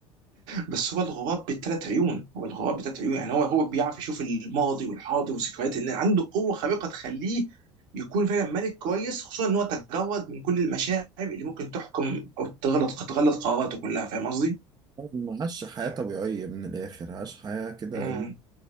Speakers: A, on the right; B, on the right.
A: بس هو الغراب بالثلاث عيون هو الغراب بالثلاث عيون يعني هو هو بيعرف يشوف الماضي والحاضر وذكريات الناس عنده قوه خارقه تخليه يكون فعلا ملك كويس خصوصا ان هو تجرد من كل المشاعر اللي ممكن تحكم او تغلط تغلط قراراته كلها فاهم قصدي؟
B: هو ما عاش حياة طبيعية من الآخر عاش حياة كده
A: مم.
B: إيه،